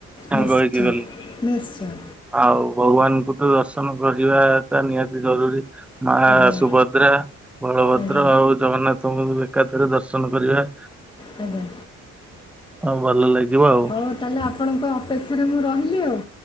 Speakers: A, in the centre; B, on the left.
A: ସାଙ୍ଗ
B: ନିଶ୍ଚୟ
A: ହେଇକି ଗଲେ।
B: ନିଶ୍ଚୟ
A: ଆଉ ଭଗବାନଙ୍କୁ ତ ଦର୍ଶନ କରିବାଟା ନିହାତି ଜରୁରୀ। ମାଆ
B: ଆଜ୍ଞା
A: ସୁଭଦ୍ରା, ବଳଭଦ୍ର
B: ଆଜ୍ଞା
A: ଆଉ ଜଗନ୍ନାଥଙ୍କୁ ଏକାଥରେ ଦର୍ଶନ କରିବା।
B: ଆଜ୍ଞା।
A: ଆଉ ଭଲ ଲାଗିବ। ଆଉ।
B: ହଉ ତାହେଲେ ଆପଣଙ୍କ ଅପେକ୍ଷାରେ ମୁଁ ରହିଲି ଆଉ।